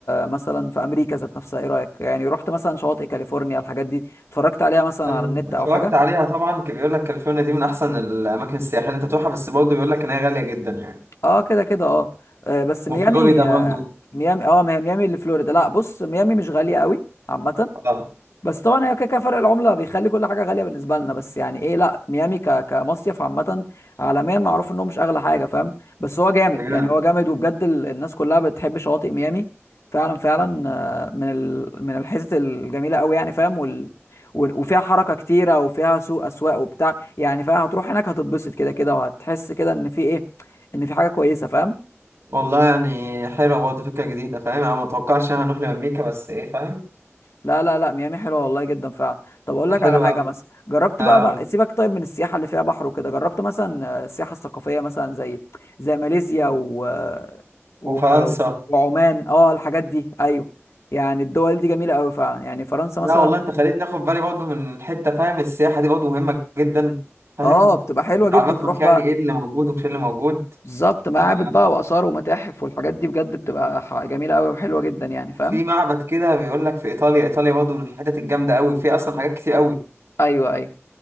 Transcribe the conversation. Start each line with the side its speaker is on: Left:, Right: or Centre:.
Left: مثلا في امريكا ذات نفسها ايه رايك يعني رحت مثلا شواطئ كاليفورنيا الحاجات دي اتفرجت عليها مثلا
Right: لا
Left: على النت
Right: اتفرجت
Left: او حاجه
Right: عليها طبعا كان بيقول لك كاليفورنيا دي من احسن الاماكن السياحيه اللي انت تروحها بس برضه بيقول لك ان هي غاليه جدا يعني
Left: اه كده كده اه آه، بس
Right: وفلوريدا
Left: ميامي
Right: برضه
Left: آه، ميامي اه ما هي ميامي اللي فلوريدا لا بص ميامي مش غالية قوي عامة
Right: اه
Left: بس طبعا هي كده كده فرق العمله بيخلي كل حاجه غاليه بالنسبه لنا بس يعني ايه لا ميامي ك... كمصيف عامه عالميا معروف انه مش اغلى حاجه فاهم بس هو جامد
Right: بجد
Left: يعني هو جامد وبجد ال... الناس كلها بتحب شواطئ ميامي فعلا فعلا آه، من ال... من الحتت الجميله قوي يعني فاهم وال... و- وفيها حركه كتيره وفيها سوق اسواق وبتاع يعني فاهم هتروح هناك هتتبسط كده كده وهتحس كده ان في ايه ان في حاجه كويسه فاهم
Right: والله يعني حلوه برضه فكره جديده فاهم انا ما اتوقعش إن إحنا هنروح لامريكا بس ايه فاهم
Left: لا لا لا ميامي حلوه والله جدا فعلا طب اقول لك
Right: حلوه
Left: على حاجه
Right: قوي
Left: مثلا جربت
Right: اه
Left: بقى, بقى
Right: قول
Left: سيبك طيب من السياحه اللي فيها بحر وكده جربت مثلا آه، السياحه الثقافيه مثلا زي زي ماليزيا و... و...
Right: وفرنسا
Left: وعمان اه الحاجات دي ايوه يعني الدول دي جميله قوي فعلا يعني فرنسا
Right: لا
Left: مثلا
Right: والله انت خليتني اخد بالي برضه من حته فاهم السياحه دي برضه مهمه جدا فاهم
Left: اه بتبقى حلوه
Right: بتعرفك
Left: جدا تروح
Right: يعني
Left: بقى
Right: ايه اللي موجود ومش إيه اللي موجود
Left: بالظبط معابد
Right: ف-
Left: بقى واثار ومتاحف والحاجات دي بجد بتبقى ح- جميله قوي وحلوه جدا يعني فاهم
Right: في معبد كده بيقول لك في ايطاليا ايطاليا برضه من الحتت الجامده قوي في اصلا حاجات كتير قوي
Left: ايوه ايوه